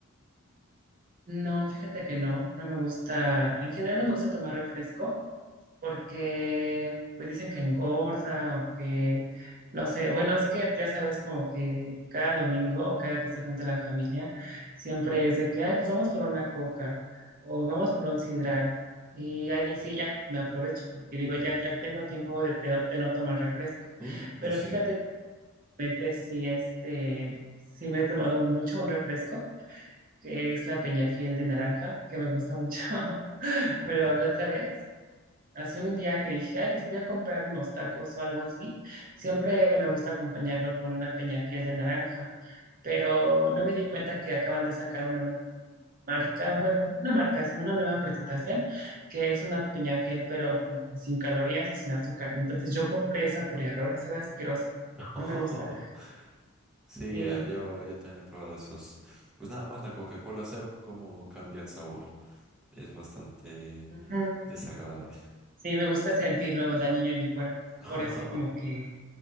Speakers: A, on the right; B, in the centre.
A: No, fíjate que no, no me gusta. En general no me gusta tomar refresco porque pues dicen que engorda o que no sé. Bueno, es que ya sabes como que cada domingo o cada que se junta la familia siempre es de que, ay, pues vamos por una coca o vamos por un sidral. Y ahí sí ya me aprovecho porque digo, ya, ya tengo tiempo de de no de no tomar refresco.
B: Mm,
A: Pero
B: eso sí.
A: fíjate Realmente sí, este, sí me he tomado mucho un refresco, que es la Peña Fiel de naranja, que me gusta mucho. <laughs>
B: Oh.
A: Pero la otra vez, hace un día que dije, ay, pues voy a comprar unos tacos o algo así. Siempre me gusta acompañarlo con una Peña Fiel de naranja, pero no me di cuenta que acaban de sacar una nueva marca, bueno, no una marca, sino una nueva presentación, que es una Peña Fiel, pero como sin calorías y sin azúcar. Entonces yo compré esa por error y sabe asquerosa.
B: <laughs>
A: No me gusta.
B: Sí,
A: Sí.
B: eh, yo, yo también he probado esos. Pues nada más la Coca-Cola cero, cómo cambia el sabor. Es bastante
A: Ujú.
B: desagradable.
A: Sí, me gusta sentirlo dañino en mi cuerpo.
B: <laughs>
A: Por eso como que,